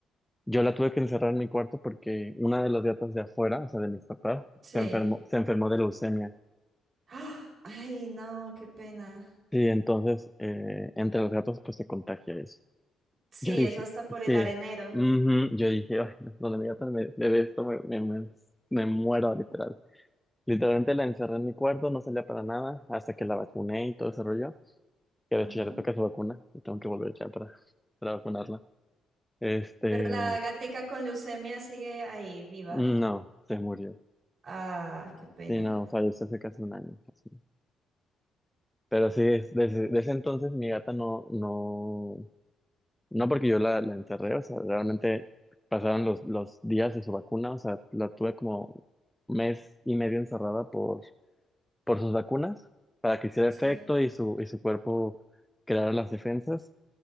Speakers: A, in the centre; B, on the right (about 50°).
A: yo la tuve que encerrar en mi cuarto porque una de las gatas de afuera, o sea, de mis papás,
B: Sí.
A: se enfermó, se enfermó de leucemia.
B: ¡Ah! Ay, no, qué pena.
A: Sí, entonces, eh, entre los gatos, pues se contagia eso.
B: Sí,
A: Yo dije,
B: eso hasta por el
A: sí,
B: arenero.
A: ujú, yo dije, ay, no, donde mi gata me, me ve esto, me, me, me, me muero, literal. Literalmente la encerré en mi cuarto, no salía para nada, hasta que la vacuné y todo ese rollo. que de
B: Ujú.
A: hecho ya le toca su vacuna, y tengo que volver ya para, para vacunarla. Este,
B: Pero la gatica con leucemia sigue ahí viva.
A: no, se murió.
B: Ah, qué pena.
A: Sí, no, falleció hace casi un año. casi. Pero sí, es- desde, desde ese entonces mi gata no, no, no porque yo la, la enterré, o sea, realmente pasaron los, los días de su vacuna, o sea, la tuve como mes y medio encerrada por, por sus vacunas, para que hiciera
B: Sí.
A: efecto y su, y su cuerpo creara las defensas.